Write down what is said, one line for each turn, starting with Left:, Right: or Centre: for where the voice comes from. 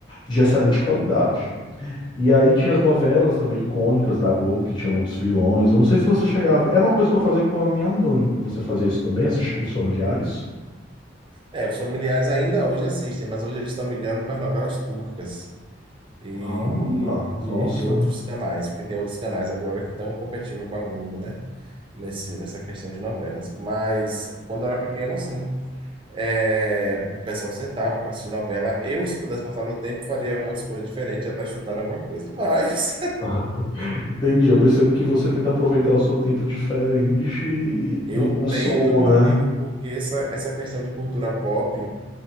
Left: de excelente qualidade. E aí tinha as novelas também icônicas da Globo, que tinha muitos vilões. Eu não sei se você chegava. Era uma coisa que eu fazia com a minha mãe. Você fazia isso também? Assistir com os familiares?
Right: É, os familiares ainda hoje assistem, mas hoje eles estão migrando para as novelas turcas e,
Left: Ah,
Right: e de
Left: nossa.
Right: e de outros canais, porque tem outros canais agora que estão competindo com a Globo, né? Nesse, nessa questão de novelas. Mas quando eu era pequeno, sim. É, o pessoal sentava para assistir novela. Eu, se pudesse voltar no tempo, faria uma escolha diferente, já estar estudando alguma coisa. Mas
Left: <laughs> Entendi. Eu percebo que você tenta aproveitar o seu tempo diferente
Right: <laughs> eu
Left: do consumo,
Right: tento, meu
Left: né?
Right: amigo, porque essa, essa questão de cultura pop.